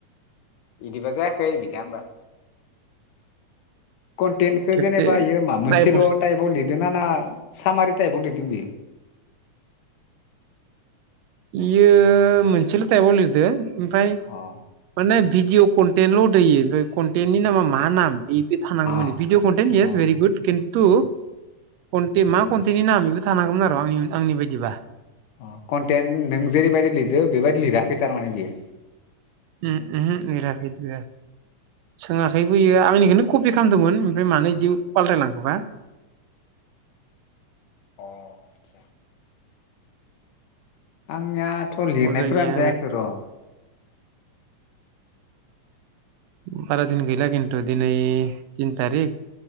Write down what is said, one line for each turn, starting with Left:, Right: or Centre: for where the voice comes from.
Left: बिदिबा जायाखै बिना होमबा कन्टेनखौ
Right: खेबसे
Left: जेनेबा बियो मा मोनसेल'
Right: नायबाव
Left: टाइपआव लिरदों ना ना सामारि टाइपआव लिरदों बियो
Right: इयो मोनसेल' थाइबाव लिरदो ओमफ्राय
Left: अ
Right: माने भिडियअ कन्टेनल' होदो बेयो कन्टेन्टनि नामा मा नाम बे थानांगौमोन
Left: अ
Right: भिडिअ कन्टेन्ट गैया
Left: अ
Right: भेरि गुड खिनथु थु कनथे मा कन्टेटनि नाम बेबो थानांगौमोन आरो आंनि आंनि बायदिबा
Left: अ कन्टेन्ट नों जेरैबायदि लिरो बेबायदि लिराखै थारमाने बियो
Right: ओम ओहो लिराखै लिराखै सोङाखैबोयो आंनिखौनो कपि खालामदोंमोन ओमफ्राय मानो बिदि फालथायलांखोबा
Left: अ आचसा आंनि या थ' लिरनायफोरानो
Right: अजयनिया
Left: जायाखै र'
Right: बारा दिन गैला खिन्थु दिनै तिन थारिख